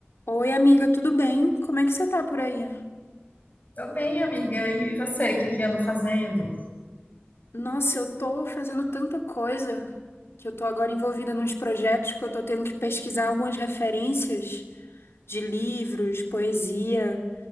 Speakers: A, on the left (about 80°); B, on the left (about 45°).
A: Oi, amiga, tudo bem? Como é que você tá por aí?
B: Tô bem, amiga. E você, o que que anda fazendo?
A: Nossa, eu tô fazendo tanta coisa que eu tô agora envolvida nos projetos que eu tô tendo que pesquisar algumas referências de livros, poesia.